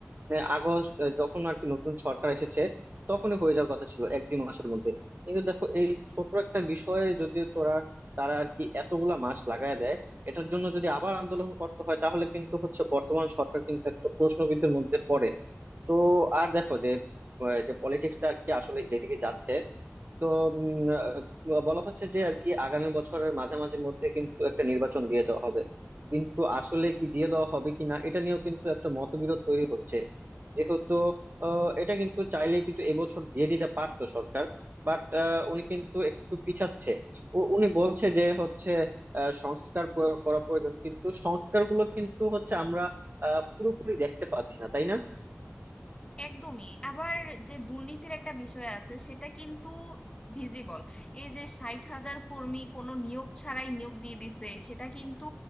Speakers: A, on the right; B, on the left.
A: মানে আগস্ট আহ, যখন আর কি নতুন সরকার এসেছে তখনই হয়ে যাওয়ার কথা ছিল এক দুই মাসের মধ্যে কিন্তু দেখো এই ছোট একটা বিষয়ে যদি তোরা তারা আর কি এতগুলা মাস লাগায় দেয় এটার জন্য যদি আবার আন্দোলন করতে হয় তাহলে কিন্তু হচ্ছে বর্তমান সরকার কিন্তু একটা প্রশ্নবিদ্ধের মধ্যে পড়ে তো আর দেখো যে আহ, যে পলিটিক্সটা আর কি আসলে যেদিকে যাচ্ছে তো উম, আহ, বলা হচ্ছে যে আর কি আগামী বছরের মাঝামাঝির মধ্যে কিন্তু একটা নির্বাচন দিয়ে দেওয়া হবে কিন্তু আসলে কি দিয়ে দেওয়া হবে কিনা এটা নিয়েও কিন্তু একটা মতবিরোধ তৈরি হচ্ছে যেহেতু আহ, এটা কিন্তু চাইলেই কিন্তু এবছর দিয়ে দিতে পারতো সরকার বাট উনি কিন্তু একটু পিছাচ্ছে উ- উনি বলছে যে হচ্ছে আহ, সংস্কার প্র- করা প্রয়োজন কিন্তু সংস্কারগুলো কিন্তু হচ্ছে আমরা আহ, পুরোপুরি দেখতে পাচ্ছি না তাই না
B: একদমই আবার যে দুর্নীতির একটা বিষয় আছে সেটা কিন্তু ভিজিবল এই যে ষাট হাজার কর্মী কোনো নিয়োগ ছাড়াই নিয়োগ দিয়ে দিছে সেটা কিন্তু